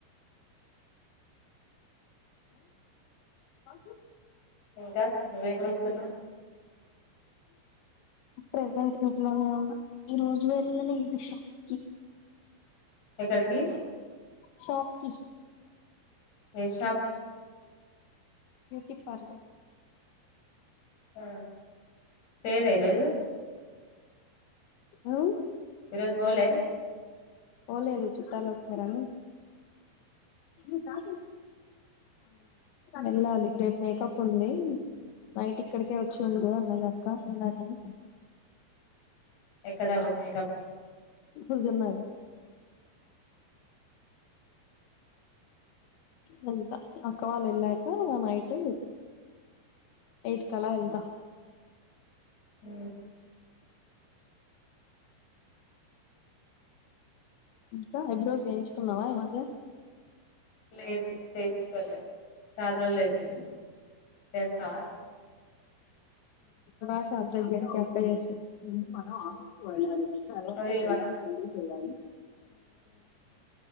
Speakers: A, on the left; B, on the left.
A: ఆ
B: ఇంకా నువ్వేం చూస్తున్నా
A: ప్రజెంట్ ఇంట్లోనే ఉంద ఈ రోజు వెళ్ళలేదు షాప్ కి
B: ఎక్కడికి
A: శాప్కి
B: ష
A: బ్యూటీ పార్లర్
B: ఆ పేర ఈరోోజు
A: అవు
B: విరోజ బోల్
A: పోఓలేదు చుట్టాలు వచ్చారని ఇ దా వెళ్ళాలి రేపు మేకప్ ఉంది నైట్ ఇక్కడికే వచ్చిండు అన్న అక్క ఉందాకని
B: ఎక్కడ మేకప్
A: సుజన్ నాగర్ వెళ్తా అక్క వాళ్ళు వెళ్ళాక నైట్ ఎయిట్ కలా వెళ్తా
B: హ
A: ఇంకా హఐబ్రో చేయించుకున్నావా ఏ మధ్య
B: లేదు చేయించుకోలే చాలా రోజులు అవుతుంది చేస్తావా
A: రాషాబ్ దగ్గరికి ఎక్క చేస్త మం ఆళ్ళ చను
B: నువ్వు
A: చం
B: చేయవా
A: చేగా